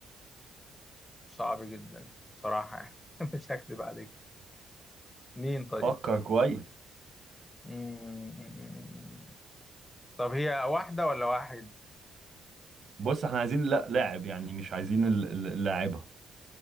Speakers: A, on the left (about 15°); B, on the right (about 55°).
A: صعب جدا بصراحة يعني <laughs> مش هكذب عليك مين طيب
B: فكر كويس
A: مم. طب هي واحدة ولا واحد
B: بص احنا عايزين لا لاعب يعني مش عايزين ال- ال- اللاعبة